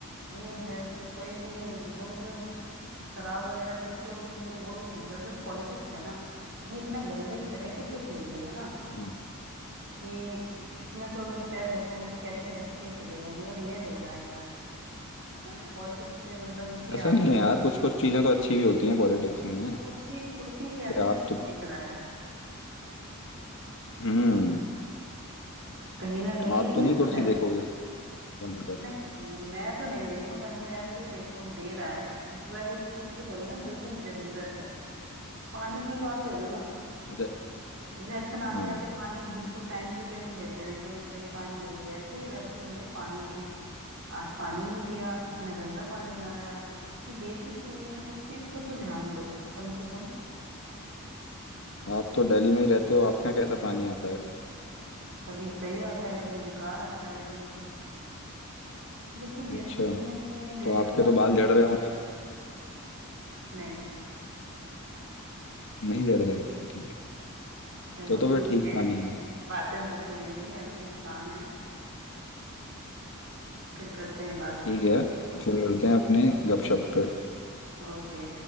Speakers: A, on the right; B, on the left.
A: ये जैसे कोई भी लोग जो शराब वगैरह पीते हैं उनके लिए वो भी ठीक है और जो पॉलिटिक्स है ना ये इतना गंदे तरीके से खेल रही है ना
B: हाँ,
A: कि इसमें तो अगर पैर रखोगे तो कहते हैं धंसते ही चले जाएंगे और रियल हो रहा है यार है ना पॉलिटिक्स के मतलब इसके
B: ऐसा
A: आगे
B: नहीं
A: क्या
B: है यार कुछ कुछ चीजें तो अच्छी
A: कुर्सी
B: भी होती हैं पॉलिटिक्स
A: कुर्सी
B: में
A: कुर्सी कुर्सी के
B: कि
A: आगे
B: आप
A: कुछ
B: तो
A: नहीं दिख रहा है
B: हम्म
A: कहीं ना कहीं ये
B: आप
A: चीज
B: तो नहीं कुर्सी
A: तो है
B: देखोगे बनकर
A: नहीं मैं तो नहीं देखूं अगर हमें यार कोई देखो दे रहा है तो पहले उस चीज को करो ना जो चीज जरूरत है पानी की बात ले लो ना
B: अच्छा
A: इलेक्शन आते
B: हाँ
A: आते पानी बिल्कुल टाइम टू टेबल देते हैं एकदम सही पानी देते हैं। जैसे ही इलेक्शन गए पानी की आज पानी नहीं दिया इतना गंदा पानी आ रहा है जो बेसिक चीजें हैं उस चीज को तो ध्यान दो कम से कम
B: आप तो दिल्ली में ही रहते हो आपके यहाँ कैसा पानी आता है
A: कभी सही आता है कभी बेकार आता है एकदम तो जब तुम
B: फिर
A: बेसिक
B: अच्छा
A: चीजें कोई नहीं दे
B: तो
A: रहे
B: आपके
A: हो तो
B: तो
A: आप
B: बाल झड़ रहे होंगे फिर
A: नहीं
B: नहीं झड़ रहे अच्छा ठीक
A: चलो
B: तो तो
A: ठीक
B: फिर ठीक
A: है
B: पानी आ रहा है
A: बातें होती रहेंगी अभी कुछ काम है फिर करते हैं बात
B: ठीक है फिर मिलते हैं अपने गपशप पे
A: ओके